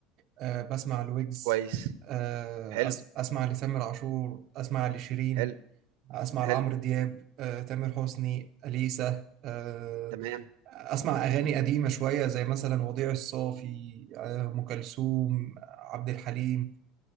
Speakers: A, on the right; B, on the right.
A: أه بسمع لويجز
B: كويس
A: أه
B: حلو
A: أس- اسمع لتامر عاشور اسمع لشيرين
B: حلو
A: اسمع لعمرو
B: حلو
A: دياب أه تامر حسني اليسا أه
B: تمام
A: اسمع اغاني قديمة شوية زي مثلا وضيع الصافي أه ام كلثوم عبد الحليم